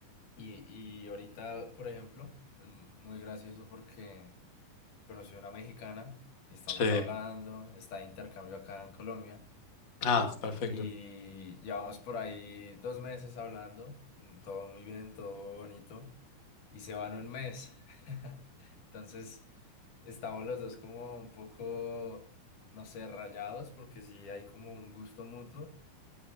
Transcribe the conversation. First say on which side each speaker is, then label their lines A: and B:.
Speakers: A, on the left; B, on the left.
A: Y, y ahorita, por ejemplo, mm, muy gracioso porque conocí a una mexicana, y estamos
B: Sí.
A: hablando, está de intercambio acá en Colombia.
B: Ah, perfecto.
A: Y llevamos por ahí dos meses hablando, mm, todo muy bien, todo bonito, y se van un mes. <laughs> Entonces, estamos los dos como un poco, no sé, rayados, porque sí hay como un gusto mutuo,